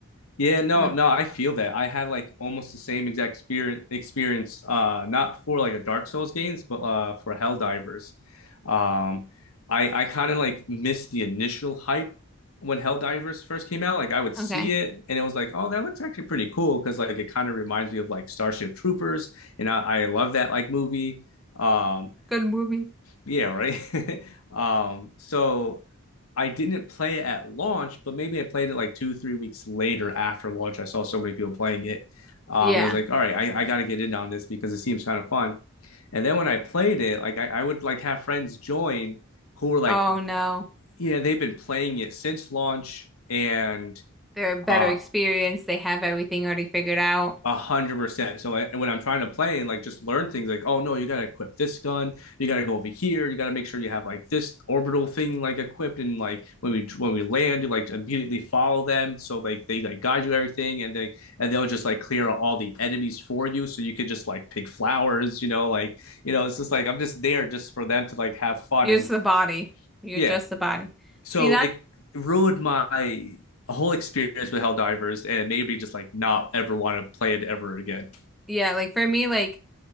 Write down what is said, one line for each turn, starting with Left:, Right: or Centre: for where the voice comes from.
Left: Yeah, no,
Centre: Oh,
Left: no, I feel that. I had like almost the same exact experience experience uh not for like the Dark Souls games, but uh for Helldivers. Um I I kind of like missed the initial hype when Helldivers first came out. Like I would
Centre: okay.
Left: see it and it was like, "Oh, that looks actually pretty cool" because like it kind of reminds me of like Starship Troopers and I I love that like movie. Um
Centre: Good movie.
Left: Yeah, right. <laughs> Um, so I didn't play it at launch, but maybe I played it like two, three weeks later after launch. I saw so many people playing it. Um,
Centre: Yeah.
Left: and I was like, all right, I, I got to get in on this because it seems kind of fun. And then when I played it, like I, I would like have friends join who were like,
Centre: Oh no.
Left: yeah, they've been playing it since launch and
Centre: They're a better
Left: uh,
Centre: experience. They have everything already figured out.
Left: A hundred percent. So I, when I'm trying to play, like just learn things like, oh no, you gotta equip this gun, you gotta go over here, you gotta make sure you have like this orbital thing like equipped, and like when we when we land, you like immediately follow them, so like they like guide you everything, and they and they'll just like clear out all the enemies for you, so you could just like pick flowers, you know, like you know, it's just like I'm just there just for them to like have fun
Centre: You're
Left: and
Centre: just the body. You're
Left: yeah.
Centre: just the body.
Left: So
Centre: See that?
Left: it ruined my whole experience with Helldivers and maybe just like not ever want to play it ever again.
Centre: Yeah, like for me, like